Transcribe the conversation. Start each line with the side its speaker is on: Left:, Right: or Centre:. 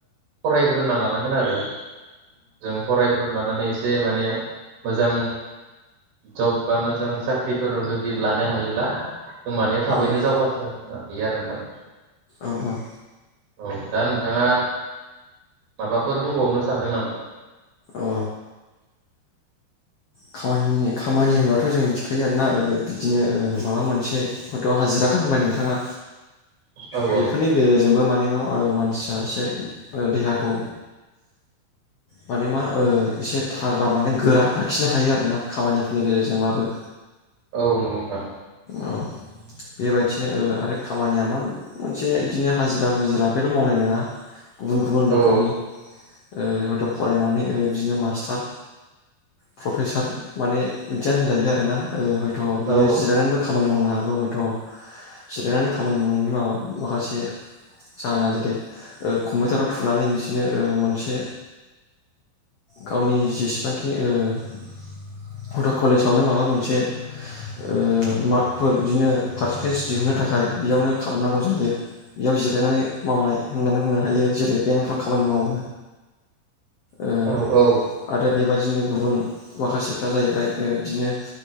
Right: फरायग्रोना लानांगोन आरो जों फरायग्रो लानानै एसे माने मोजां जब बा मोजां साख्रिफोराव जुदि लानो हायोब्ला होमबानिया थाबैनो
Left: औ
Right: जौगा आरो नोंथां।
Left: औ औ।
Right: औ दा नोंथाङा माबाफोर बुंबावनो सानदों नामा?
Left: औ खामानि खामानि होनब्लाथ' जों मिथिखायो आरोना ओ बिदिनो ओ माबा मोनसे हयथ' हाजिराखौनो होनबाय नोंथाङा।
Right: औ
Left: बेफोरनि
Right: औ
Left: गेजेरजों जोंबो माने ओ मा मानसिया एसे देहाखौ माने मा ओ एसे थाग्रा माने गोरा लाखिनो खिनो हायो आरोना खामानिफोरनि गेजेरजोंबाबो
Right: औ नंगौ नोंथां।
Left: औ बेबायदिनो ओ आरो खामानिया मा मोनसे बिदिनो हाजिरा मुजिरा बेल' मावनाय नङा गुबुन गुबुन रोखोमनि
Right: औ
Left: ओ हयथ' फरायनानै बिदिनो मास्टार प्रफेसार माने बिदिया होनजायो आरोना ओ थ' बियो
Right: औ
Left: जिरायनानैबो खामानि मावनो हागोन बे हयथ' जिरायनानै खामानि मावनायनि माबा माखासे जाहोना जेरै ओ कम्पिउटाराव थुनानै बिदिनो ओ मोनसे गावनि जेसेबांखिनि ओ हथ' कलेजावनो माबा मोनसे ओ मार्कफोर बिदिनो पारसेन्टेज दिहुनो थाखाय बेयावनो खालामनांगौ जायो। बेयाव जिरायनानै मावनाय होननानै बुंनो हायो जेरै बेंकफ्राव खामानि मावो। ओ
Right: औ औ
Left: आरो बेबायदि बिदिनो गुबुन माखासेफ्रा जाहैबाय ओ बिदिनो